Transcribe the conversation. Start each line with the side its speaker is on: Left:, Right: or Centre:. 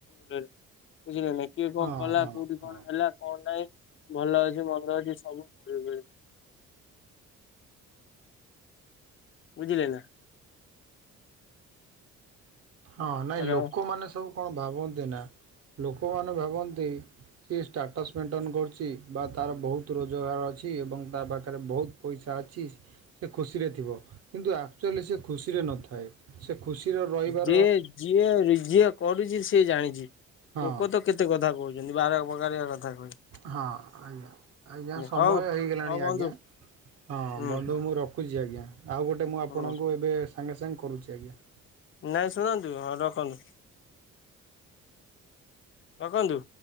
Left: <inaudible> ବୁଝିଲ ନା ଇ କିଏ
Right: ହଁ
Left: କଣ କଲା
Right: ହଁ
Left: କୋଉଠି
Right: ହଁ
Left: କଣ ହେଲା କଣ ନାହିଁ ଭଲ ଅଛି ମନ୍ଦ ଅଛି ସବୁ ବେଳେ ବେଳେ। ବୁଝିଲେ ନା।
Right: ହଁ ନାଇଁ
Left: ହ୍ୟାଲୋ।
Right: ଲୋକମାନେ ସବୁ କଣ ଭାବନ୍ତି ନା ଲୋକମାନେ ଭାବନ୍ତି ସି ଷ୍ଟାଟସ୍ ମେଣ୍ଟେନ କରୁଛି ବା ତାର ବହୁତ ତ୍ ରୋଜଗାର ଅଛି ଏବଂ ତା ପାଖରେ ବହୁତ ପଇସା ଅଛି ସେ ଖୁସିରେ ଥିବ। କିନ୍ତୁ ଆକ୍ଚୁଆଲି ସେ ଖୁସିରେ ନଥାଏ ସେ ଖୁସିରେ ରହିବା
Left: ଯିଏ ଯିଏ ଯିଏ କରୁଛି ସିଏ ଜାଣିଛି
Right: ହଁ
Left: ଲୋକ ତ କେତେ କଥା କହୁଛନ୍ତି ବାର ପକାରିଆ କଥା କହୁଚ ନ୍ତି।
Right: ହଁ ଆଜ୍ଞା ଆଜ୍ଞା ସମୟ
Left: ହଉ
Right: ହେଇଗଲାଣି
Left: ହଉ ବନ୍ଧୁ
Right: ଆଜ୍ଞା ହଁ
Left: ହୁଁ
Right: ବନ୍ଧୁ ମୁଁ ରଖ ରଖୁଛି ଆଜ୍ଞା ଆଉ ଗୋଟେ ମୁଁ ଆପଣଙ୍କୁ
Left: ହୁଁ
Right: ଏବେ ସାଙ୍ଗେ ସାଙ୍ଗେ କରୁଛି ଆଜ୍ଞା।
Left: ନାଇଁ ଶୁଣନ୍ତୁ ହ ରଖନ୍ତୁ। ରଖନ୍ତୁ।